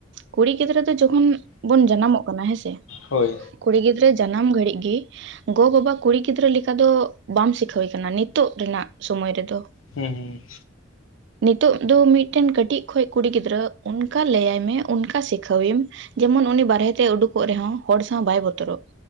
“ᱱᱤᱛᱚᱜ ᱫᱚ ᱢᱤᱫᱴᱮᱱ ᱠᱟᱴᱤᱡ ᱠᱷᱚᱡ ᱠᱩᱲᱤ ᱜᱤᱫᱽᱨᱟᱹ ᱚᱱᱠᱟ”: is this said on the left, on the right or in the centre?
Right